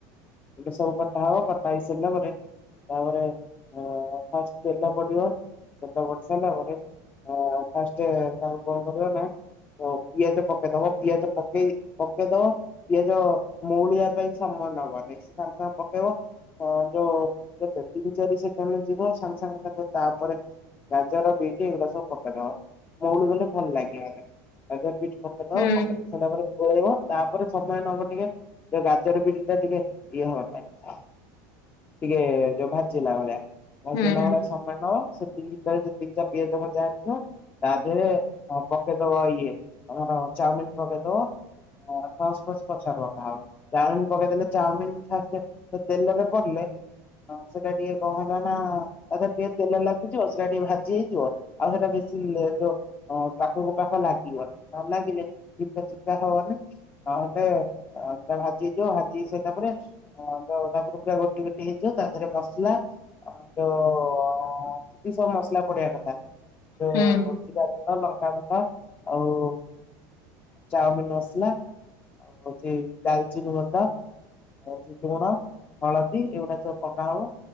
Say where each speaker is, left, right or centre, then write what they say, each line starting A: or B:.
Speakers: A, on the left; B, on the left.
A: ଏଟ ସବୁ କଟା ହବ କଟା ହେଇ ସାରିଲା ପରେ ତାପରେ ଫାଷ୍ଟ ତେଲ ପଡିବ ତେଲ ପଡି ସାରିଲା ପରେ ହ ଫାଷ୍ଟ ତାଙ୍କୁ କଣ କରିବ ନା ଓ ପିଆଜ ପକେଇଦବ ପିଆଜ ପକେଇ ପକେଇଦବ। ପିଆଜ ମଉଳିଆ ପାଇଁ ସମମାନ ହବ ନାଇଁ ସେ ସାଙ୍ଗ ସାଙ୍ଗେ ପକେଇବ। ହ ଯୋଉ କେତେ ତିନି ଚାରି ସେକେଣ୍ଡ ଯିବେ ସାଙ୍ଗେ ସାଙ୍ଗେ ତା ତାପରେ ଗାଜର ବିଟ ଏଇଗୁଡା ସବୁ ପକେଇଦବ ମଉଳ ଗଲେ ଭଲ ଲାଗିବ ଗା ବି ପକେଟିଲା
B: ହୁଁ
A: ପରେ ପଳେଇବ ତାପରେ ସମୟ ନବ ଟିକେ ଯଉ ଗାଜର ବିରି ଟା ଟିକେ ଇଏ ହବା ପାଇଁ। ଟିକେ ଯୋଉ ଭାଜିଲା ଭଳିଆ ମ
B: ହୁଁ
A: ଦିନ ଭଳିଆ ସମୟ ଦବ। ସେତିକି ଭିତରେ ଯେତିକି ପିଆଜ ଭଜା ହେଇଥିବ। ତା ଦେହରେ ପକେଇଦବ ଇଏ ଆମର ଚାଉମିିନ ପକେଇଦବ। ସସ୍ ଫସ୍ ପଛରେ ପକା ହବ ଚାଉମିିନ ପକେଇଦଲେ ଚାଉମିନ ଫାଷ୍ଟ ତେଲରେ ପଡିଲେ ହଁ ସେଟା ଟିକେ କଣହେଲା ନା ତା ଦେହରେ ଟିକେ ତେଲ ଲାଗିଯିବ ସେଇଟା ଟିକେ ଭାଜି ହେଇଯିବ। ଆଉ ସେଟା ବେଶୀଲେ ଯଉ ପାଖକୁ ପାଖ ଲାଗିବନି ନ ଲାଗିଲେ ଚିପକା ଚିପକା ହବନି ନହେଲେ ଭାଜି ହେଇଯିବ ଭାଜି ହେଇ ସାରିଲା ପରେ ହଁ ତାପରେ ପୁରା ଗୋଟି ଗୋଟି ହେଇଯିବ ତା ଦେହରେ ମସଲା ଆ ଯୋ ଯେତିକି ସବୁ ମସଲା ପଡିବା କଥା ଯୋଉ
B: ହୁଁ।
A: ଜିରା ଗୁଣ୍ଡ ଲଙ୍କାଗୁଣ୍ଡ ଆଉ ଚାଉମିନ ମସଲା। ଆଉ ହେଉଛି ଡାଲଚିନିଗଣ୍ଡା। ଆଉ ହେଉଛି ଲୁଣ ହଳଦୀ ଏଇଗୁଡା ସବୁ ପକା ହବ।